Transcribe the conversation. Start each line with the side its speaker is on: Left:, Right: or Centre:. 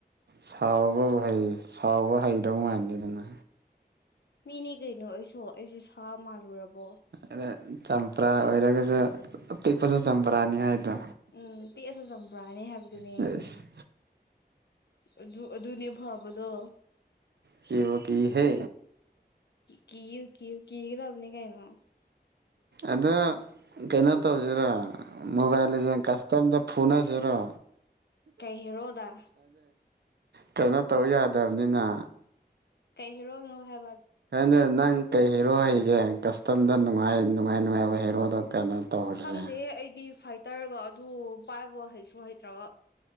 Right: ꯁꯥꯎꯕꯕꯨ ꯍꯩ ꯁꯥꯎꯕ ꯍꯩꯗꯧ ꯃꯥꯟꯗꯦꯗꯅ
Left: ꯃꯤꯅꯦ ꯀꯩꯅꯣ ꯑꯩꯁꯨ ꯑꯩꯁꯦ ꯁꯥ ꯃꯥꯜꯂꯨꯔꯕꯣ
Right: ꯑꯗ ꯆꯝꯄ꯭ꯔꯥ ꯑꯣꯏꯔꯒꯁꯨ ꯑꯄꯤꯤꯛꯄꯁꯨ ꯆꯝꯄꯔꯥꯅꯤ ꯍꯥꯏꯗꯣ
Left: ꯎꯝ ꯄꯤꯛꯑꯁꯨ ꯆꯝꯕ꯭ꯔꯥꯅꯦ ꯍꯥꯏꯕꯗꯨꯅꯦ
Right: ꯑꯁ
Left: ꯑꯗꯨ ꯑꯗꯨꯅꯦ ꯐꯥꯕꯗꯣ
Right: ꯁꯤꯕꯨ ꯀꯍꯦ
Left: ꯀꯌ ꯀꯌꯨ ꯀ ꯀꯗꯕꯅꯤ ꯀꯥꯏꯅ
Right: ꯑꯗ ꯀꯩꯅꯣ ꯇꯧꯁꯤꯔꯣ ꯃꯣꯕꯥꯏꯜꯁꯦ ꯀꯁꯇꯝꯗ ꯐꯨꯅꯁꯔꯣ
Left: ꯀꯩ ꯍꯣꯗ
Right: ꯀꯩꯅꯣ ꯇꯧ ꯌꯥꯗꯕꯅꯤꯅ
Left: ꯀꯩ ꯍꯔꯣꯅꯍꯦꯕ
Right: ꯍꯅꯦ ꯅꯪ ꯀꯩ ꯍꯦꯔꯣ ꯍꯩꯒꯦ ꯀꯁꯇꯝꯗ ꯅꯨꯡꯉꯥꯏ ꯅꯨꯡꯉꯥꯏ ꯅꯨꯡꯉꯥꯏꯕ ꯍꯦꯔꯣꯗꯣ ꯀꯩꯅꯣ ꯇꯧꯈ꯭ꯔꯁꯦ
Left: ꯈꯪꯗꯦ ꯑꯩꯗꯤ ꯐꯥꯏꯇꯔꯒ ꯑꯗꯨ ꯄꯥꯏꯕ ꯍꯩꯁꯨ ꯍꯩꯇ꯭ꯔꯕ